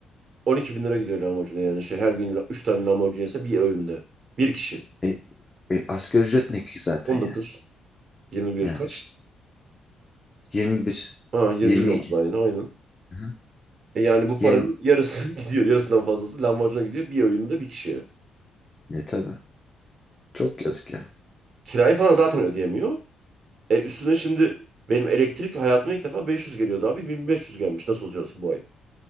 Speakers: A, on the right; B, on the left.
A: 12 bin lira gidiyor lahmacuna yani. Şey, her gün 3 tane lahmacun yese bir öğünde. Bir kişi.
B: E, e, asgari ücret ne ki zaten
A: 19.
B: yani.
A: 21
B: Yani
A: kaç?
B: işte 21
A: Ha 21
B: 22
A: oldu da aynı. Aynen.
B: Hı-hı.
A: E yani bu
B: 20
A: paranın yarısı <laughs> gidiyor. Yarısından fazlası lahmacuna gidiyor. Bir öğünde bir kişiye.
B: ne tabii. Çok yazık ya.
A: Kirayı falan zaten ödeyemiyor. E üstüne şimdi benim elektrik hayatıma ilk defa 500 geliyordu abi. 1500 gelmiş. Nasıl olacağız bu ay?